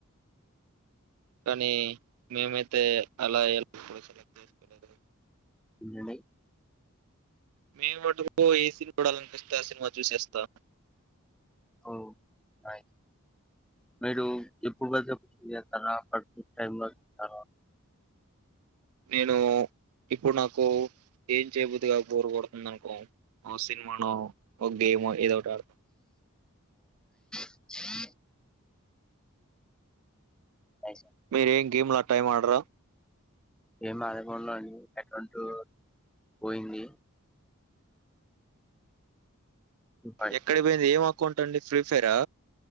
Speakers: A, on the right (about 80°); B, in the centre.
A: కానీ మేమైతే అలా ఎప్పుడు సెలెక్ట్ జేస్కోలేదు.
B: కొంజమెయ్
A: మేం మట్టుకు ఏ సినిమా చూడాలనిపిస్తే ఆ సినిమా చూసేస్థాం
B: ఓ నైస్ మీరు ఎప్పుడ్ బడితే అప్పుడు చూసేత్తారా పడుకునే టైంలో సూత్తారా.
A: నేను ఇప్పుడ్ నాకు ఏం చేయబుద్దిగాక బోర్ గొడుతుందనుకో ఆ సినిమానో. ఒగ్గేమో ఏదో ఒకటాడ్తా.
B: స <inaudible> స
A: మీర ఏం గేమ్లు అట్టా ఏమాడరా
B: ఏం <unintelligible> అండి అకౌంట్ పోయింది బట్
A: ఎక్కడి పోయింది ఏమ్ అకౌంట్ అండి ఫ్రీ ఫైరా